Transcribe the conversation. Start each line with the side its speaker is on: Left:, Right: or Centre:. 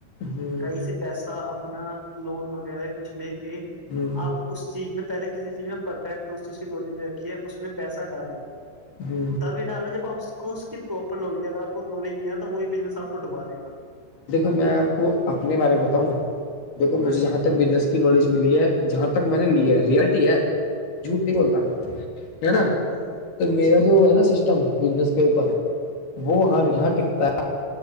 Left: ہوں
Centre: کہیں سے پیسہ اپنا لون وغیرہ کچھ لے کے
Left: ہوں
Centre: آپ اس چیز میں پہلے کسی چیز میں پرفیکٹ اس چیز کی نوی رکھی ہے اس میں پیسہ ڈالو
Left: جی
Centre: تبھی ڈالو جب آپ کو اس کی پراپر نالج ہے اگر آپ کو نالج نہیں آ تو وہی بزنس آپ کو ڈبا دےا
Left: دیکھو میں آپ کو اپنے بارے میں بتاؤں دیکھو مجھے
Centre: ہاں
Left: یہاں ک بزنس کی نالج ملی ہے جہاں تک میں نے لی ہے ریلٹی ہے جھوٹ نہیں بولتا میں ہے نا
Centre: ہاں جی
Left: تو میرا جو ہے نا سسٹم بزنس اوپر وہ
Centre: جی
Left: ہاں یہاں ٹکتا ہے